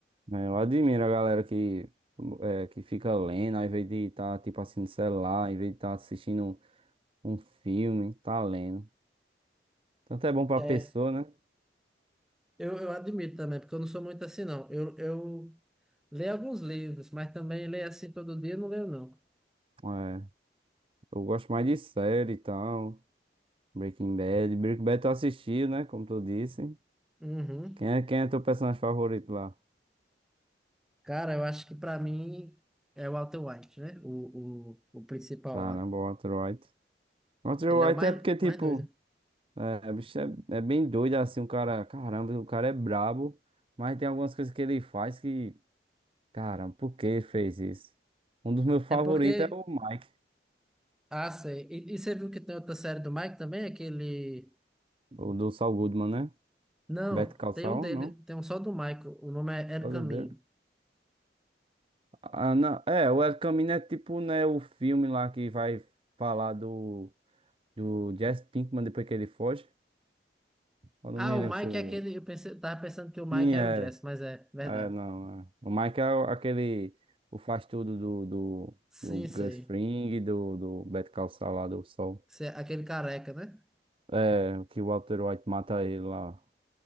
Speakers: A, on the right; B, in the centre.
A: né, eu admiro a galera que, é, que fica lendo, ao invés de estar tipo assim no celular, ao invés de estar assistindo um filme, tá lendo. Tanto é bom pra
B: É,
A: pessoa, né?
B: eu, eu admito também, porque eu não sou muito assim, não. Eu, eu leio alguns livros, mas também leio assim todo dia, eu não leio, não.
A: É. Eu gosto mais de série e tal. Breaking Bad. Breaking Bad tu assistiu, né? Como tu disse.
B: Uhum.
A: Quem é, quem é teu personagem favorito lá?
B: Cara, eu acho que pra mim é o Walter White, né? O, o, o principal
A: Caramba,
B: lá.
A: o Walter White. Walter
B: Ele
A: White
B: é o mais,
A: é porque, tipo,
B: mais doido.
A: é, o bicho é, é bem doido assim, o cara. Caramba, o cara é brabo. Mas tem algumas coisas que ele faz que. Caramba, por que ele fez isso? Um dos meus favoritos
B: É porque.
A: é o Mike,
B: Ah, sei. E, e você viu que tem outra série do Mike também? Aquele.
A: o do Saul Goodman, né?
B: Não,
A: Better Call Saul,
B: tem um dele,
A: não?
B: tem um só do Michael. O nome é Era
A: Todo
B: o Caminho.
A: dele. Ah, não. É, o El Camino é tipo, né, o filme lá que vai falar do. Do Jesse Pinkman depois que ele foge. Eu não
B: Ah,
A: me
B: o
A: lembro
B: Mike
A: se o.
B: é aquele. Eu pensei, tava pensando que o Mike
A: Sim,
B: era
A: é.
B: o Jess, mas é verdade.
A: é, não. é. O Mike é o- aquele. O faz tudo do, do,
B: Sim,
A: do
B: sei.
A: Gus Fring, do, do Better Call Saul lá do Sol.
B: Esse é Aquele careca, né?
A: É, que o Walter White mata ele lá.